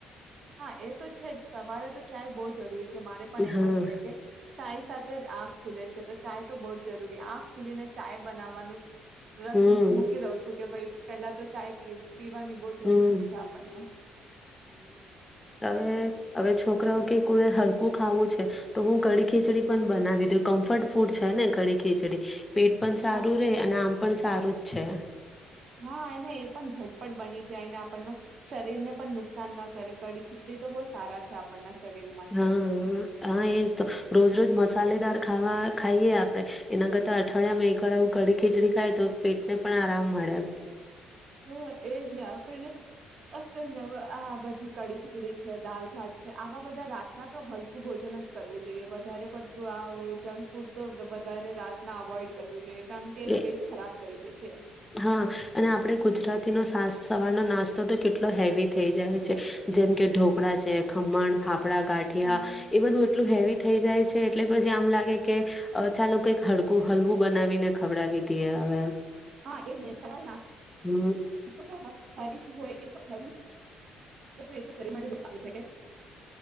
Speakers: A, on the right; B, on the left.
A: હા એ તો છે જ સવારે તો ચાય બો જરૂરી જ મારે પણ
B: હા
A: એમ જ છે કે ચાય સાથે આગ ખુલે છે, તો ચાય તો બો જરૂરી આંખ ખુલીને ચાય બનાવવાનું રક
B: હમ
A: મૂકી દઉં છું કે ભાઈ પેલા તો ચાય પીવું પીવાની તો
B: હમ
A: જરૂરી છે, આપણને
B: અવે અવે છોકરાઓ કે કોઈ હલકું ખાવું છે, તો હું કડી ખીચડી પણ બનાવી દઉ કમ્ફર્ટ ફૂડ છે, ને કડી ખીચડી. પેટ પણ સારું
A: હા
B: રહે
A: એ
B: અને આમ પણ સારું છે.
A: હા એને પણ ઝટપટ બની જાય ને પણનો શરીર ને પણ નુકસાન ન કરે. કડી ખીચડી તો બો સારા છે. આપણના શરીર માટે
B: હ હ એજ તો રોજ રોજ મ સાલેદાર ખાવા ખાઈએ આપડણે એના કરતા અઠવાડિયામાં એકવાર આવું કડી ખીચડી ખાય તો પેટને પણ આરામ મળે એમ.
A: હા એજ ને આપણને <unintelligible> આ બધી કડી ખીચડી છે, દાલ ભાત છે, આવા બધા રાતના તો હલકું ભોજન જ કરવું જોઈએ વધારે પડતું આ જંક ફૂડ ફૂડ તો વધારે રાત ના અવોઈડ કરવું જોઈએ. કેમ કે
B: એ
A: પેટ ખરાબ કરી દે છે.
B: હા અને આપડે ગુજરાતીનો સાસ સવારનો નાસ્તો તો કેટલો હેવી થઈ જાય છે જેમ કે ઢોકળા છે ખમણ ફા પડા ગાંઠિયા
A: હમ
B: એ બધું એટલું હેવી થઈ જાય છે. એટલે પછી આમ લાગે કે અવે ચાલો કઈક હકું હલવું બનાવીને ખવડાવી દઈએ હવે એમ.
A: હા એટ સવાના.
B: હમ્મ.
A: તો તો હેવી જ હોય એ તો હે એ તો શરીર માટે બહ સારું છે કેર